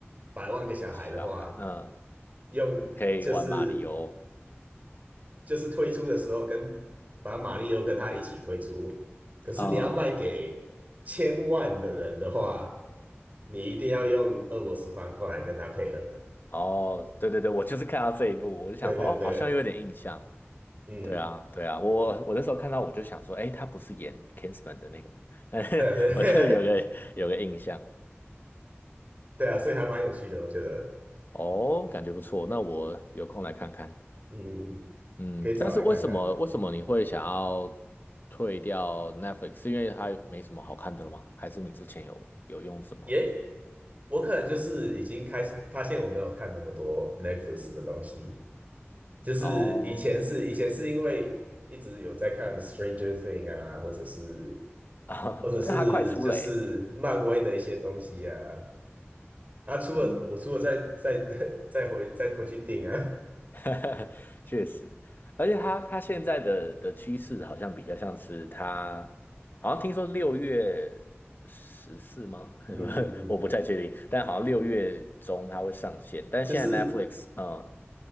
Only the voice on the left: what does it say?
小孩，嗯，
可以玩马里欧。
哦，
哦，对对对，我就是看到这一部，我就想说，
哦，好像有点印象。
对啊，对啊，我我那时候看到我就想说，哎，他不是演 Kingsman 的那个吗？<laughs>
我就有个有个印象，
哦，感觉不错，那我有空来看看。
嗯，
但是为什么为什么你会想要退掉 Netflix？是因为它没什么好看的了吗？还是你之前有有用什么？
哦，
<laughs> 啊，
但它快出了欸，
嗯。
<laughs> 确实，而且它它现在的的趋势好像比较像是它，好像听说六月十四吗？
<laughs> 我不太确定，但好像六月中它会上线。但现在
Netflix，嗯，